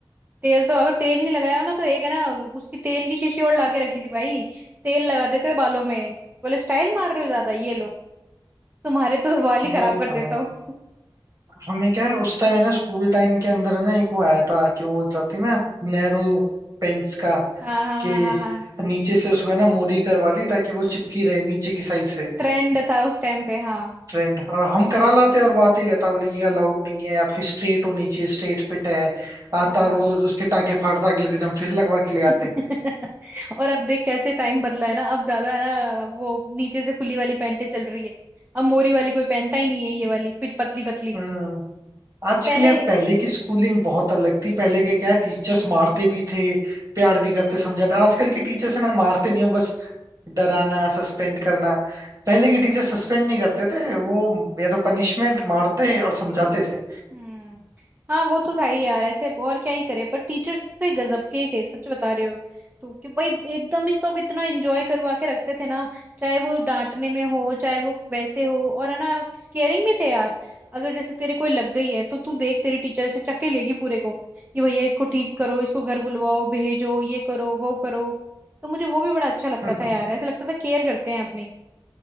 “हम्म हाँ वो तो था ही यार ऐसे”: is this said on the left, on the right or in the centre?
Right